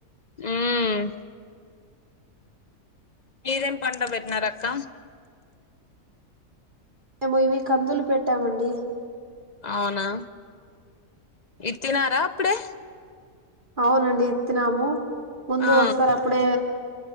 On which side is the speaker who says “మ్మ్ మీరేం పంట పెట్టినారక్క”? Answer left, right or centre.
Left